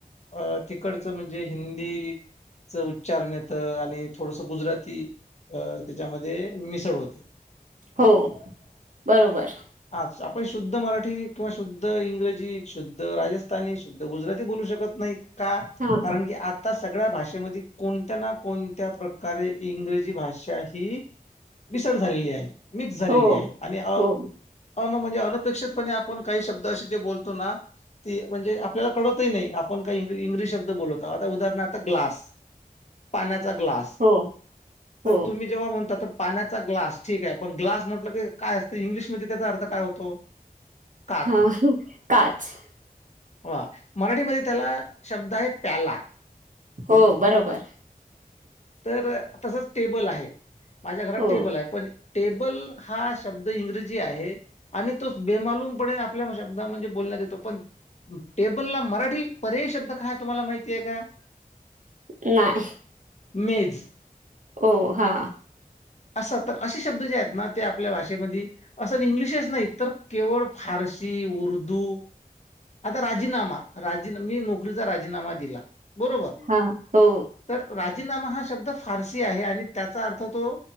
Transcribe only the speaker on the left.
अ तिकडचं म्हणजे हिंदीच उच्चारण येत आणि थोडस गुजराती अ त्याच्यामध्ये मिसळ होते.
हा आपण शुद्ध मराठी किंवा शुद्ध इंग्रजी, शुद्ध राजस्थानी, शुद्ध गुजराती बोलू शकत नाहीत. का,
कारण की आ आता सगळ्या भाषेमध्ये कोणत्या ना कोणत्या प्रकारे इंग्रजी भाषा शाही मिसळ झालेली आहे. मिक्स झालेली
आहे. आणि अ
अ म्हणजे अनपेक्षितपणे आपण काही शब्द असे जे बोलतोना ती म्हणजे आपल्याला कळतही नाही आपण काही इग्री- इंगलिश शब्द बोलतो आहोत. उदाहरणार्थ ग्लास. पाण्याचा ग्लास.
तर
तुम्ही जेव्हा म्हणतात तर पाण्याचा ग्लास ठीक आहे पण ग्लास म्हटलं की काय असतं इंग्लिशमध्ये त्याचा अर्थ काय होतो? <inaudible>
वा मराठीमध्ये त्याला शब्द आहे प्याला
तर तसच टेबल आहे. माझ्या घरात
टेबल आहे. पण टेबल हा शब्द इंग्रजी आहे. आणि तोच बेमालूमपणे आपल्या शब्दात म्हणजे बोलण्यात येतो पण टेबलला मराठी पर्याय शब्द काय आहे तुम्हाला माहितीय आहे का?
मेज.
असं तर असे शब्द जे आहेत ना ते आपल्या भाषेमधी असं इंग्लिशच नाही तर केवळ फारसी, उर्दू, आता राजीनामा राजीना मी नोकरीचा राजीनामा दिला. बरोबर
तर राजीनामा हा शब्द फारसी आहे आणि त्याचा अर्थ तो